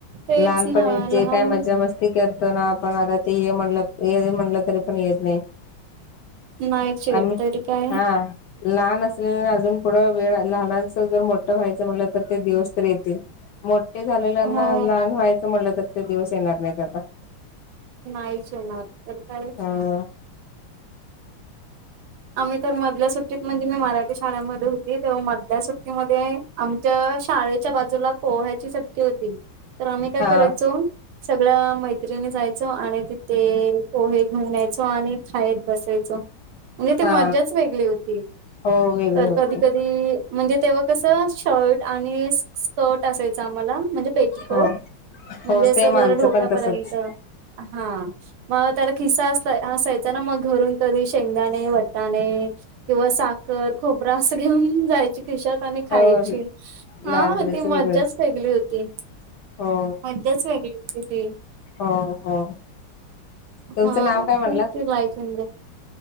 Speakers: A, on the right; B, on the left.
A: तेच
B: लहानपणी
A: ना लहान
B: जे काय मज्जा मस्ती. <unintelligible> करतो ना आपण आता ते ये म्हणलं ये म्हणलं तरी पण येत नाही.
A: नाहीचे
B: आम्ही
A: तरी
B: <inaudible>
A: काय
B: हा लहान असलेल अजून पुढं वेळ. लहानांच जर मोठं व्हायचं म्हणलं तर ते दिवस तर येतील मोठे झालेल्यांना
A: हो
B: लहान व्हाय. नको म्हटलं तर ते दिवस येणार नाहीत आता
A: नाहीच होणार तर काय <inaudible>
B: हो.
A: आम्ही तर मधल्या सुट्टीत म्हणजे मी मराठी शाळेमध्ये होती तेव्हा मधल्या सुट्टीमध्ये आमच्या शाळेच्या बाजूला पोहायची शट्यी होती तर आम्ही काय
B: हा
A: करायचो. सगळ्या मैत्रिणी जायचो आणि तिथे पोहे घेऊन यायचो आणि खायेत बसायचो. म्हणजे ते
B: हा
A: मज्जाच वेगळी होती
B: हो वेगळे
A: तर
B: होते
A: कधी कधी म्हणजे तेव्हा कसं शर्ट आणि <inaudible> स्कर्ट असायचं आम्हाला म्हणजे पेटिकोट
B: हो.
A: म्हणजे
B: हो सेम
A: अस जर
B: आमचं
A: ढोप्यापर्यंत
B: पण तसच.
A: हा मग त्याला खिस्सा अस <inaudible> असायचा ना मग घरून कधी शेंगदा दाणे वटाणे किंवा सा साखर खोबर असं घेऊन जायची खिशात आणि खायची
B: हो लहानपणीच
A: हा ती मज्जाच
B: वेगळंच.
A: वेगली होती. <unintelligible> त
B: हो.
A: मज्जाच वेगळी होती ती.
B: हो हो
A: <unintelligible>
B: तुमचं
A: हा
B: नाव काय
A: खूप
B: म्हणलात
A: तलायच म्हज.